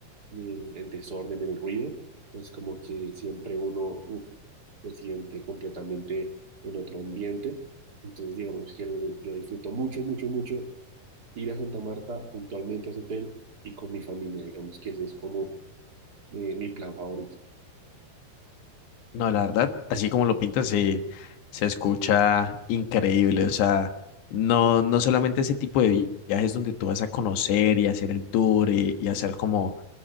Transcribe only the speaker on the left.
No, la verdad, así como lo pintas, se, se escucha increíble. O sea, no, no solamente ese tipo de vi- viajes donde tú vas a conocer y hacer el tour y, y hacer como